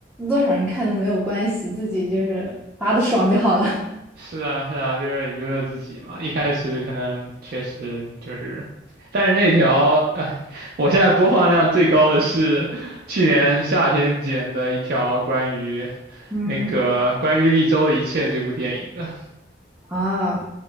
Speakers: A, in the centre; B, on the right (about 55°).
A: 多少人看都没有关系，自己就是发的爽就好了。<laughs>
B: 是啊，是啊，就是娱乐自己嘛。一开始可能确实就是，但是那条，哎，我现在播放量最高的是去年夏天剪的一条关于
A: 嗯，
B: 那个关于莉莉周的一切这部电影的，
A: 啊，